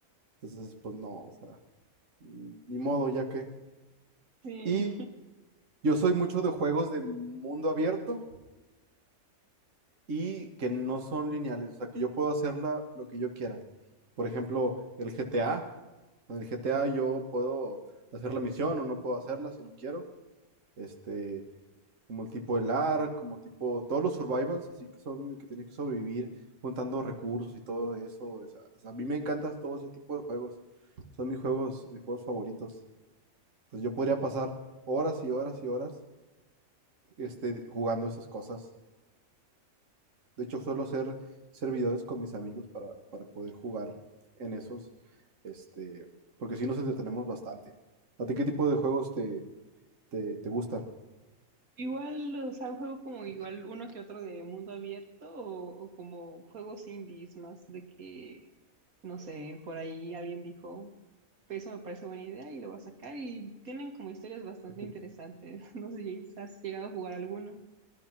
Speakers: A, on the right; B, on the right.
A: Entonces pues no, o sea. ni modo, ya que.
B: sí.
A: Y yo soy mucho de juegos de mundo abierto y que no son lineales, o sea, que yo puedo hacerla lo que yo quiera. Por ejemplo, el GTA. En el GTA yo puedo hacer la misión o no puedo hacerla si no quiero. Este, como el tipo el ARK, como tipo todos los survivals, así que son que tienes que sobrevivir juntando recursos y todo eso. O sea, o sea, a mí me encantan todo ese tipo de juegos. Son mis juegos, mis juegos favoritos. Entonces yo podría pasar horas y horas y horas este, jugando esas cosas. De hecho, suelo ser servidores con mis amigos para, para poder jugar en esos, este, porque sí nos entretenemos bastante. ¿A ti qué tipo de juegos te, te, te gustan?
B: Igual, o sea, juego como igual uno que otro de mundo abierto o, o como juegos indies más de que no sé, por ahí alguien dijo, "Pues, eso me parece buena idea y lo va a sacar y tienen como historias bastante
A: <laughs>
B: interesantes. <laughs> No sé si has llegado a jugar alguno.